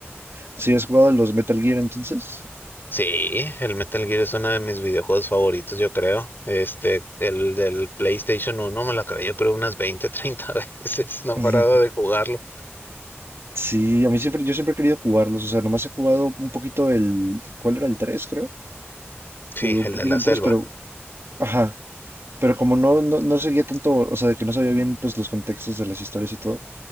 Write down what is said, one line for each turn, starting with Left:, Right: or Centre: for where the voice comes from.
Right: si has jugado los Metal Gear entonces,
Left: Sí, el Metal Gear es uno de mis videojuegos favoritos, yo creo. Este, el del PlayStation uno, me lo acabé, yo creo, unas 20, 30 <laughs> veces. No
Right: Ujú.
Left: he parado de jugarlo.
Right: sí, a mí siempre, yo siempre he querido jugarlos, o sea, nomás he jugado un poquito el, ¿cuál era el 3 creo?
Left: Sí,
Right: Jugué un
Left: el
Right: poquito
Left: de la
Right: el
Left: selva.
Right: 3 pero, ajá, pero como no, no, no seguía tanto, o sea, de que no sabía bien, pues, los contextos de las historias y todo,